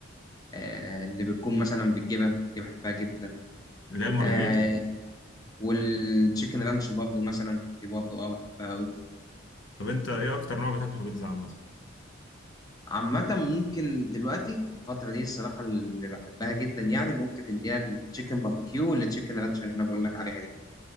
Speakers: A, on the left; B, on the left.
A: آه، اللي بتكون مثلا بالجبن دي بحبها جدا
B: اللي هي المارجريتا
A: آه والتشيكن رانش برضه مثلا دي برضه اه بحبها قوي
B: طب انت ايه اكتر نوع بتاكله في البيتزا عامة
A: عامة ممكن دلوقتي الفترة دي الصراحة اللي بحبها جدا يعني ممكن اللي هي التشيكن باربيكيو والتشيكن رانش اللي انا بقول لك عليها دي